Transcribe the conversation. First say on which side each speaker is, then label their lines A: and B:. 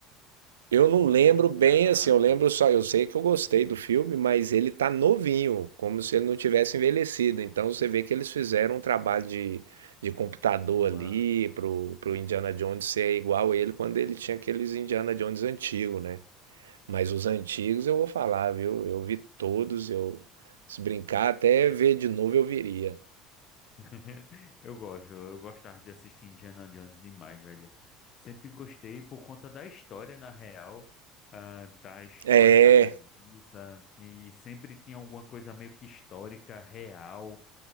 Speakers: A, on the right (about 75°); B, on the left (about 40°).
A: Eu não
B: Não
A: lembro
B: tô lembrado.
A: bem, assim, eu lembro só, eu sei que eu gostei do filme, mas ele tá novinho, como se ele não tivesse envelhecido. Então você vê que eles fizeram um trabalho de, de computador
B: Uma-
A: ali pro, pro Indiana Jones ser igual ele quando ele tinha aqueles Indiana Jones antigos, né? Mas os antigos eu vou falar, viu? Eu vi todos, eu se brincar até ver de novo eu viria.
B: <laughs> Eu gosto, eu gostava de assistir Indiana Jones demais, velho. Sempre gostei por conta da história, na real, ah, da história,
A: É,
B: da premissa, e sempre tinha alguma coisa meio que histórica, real,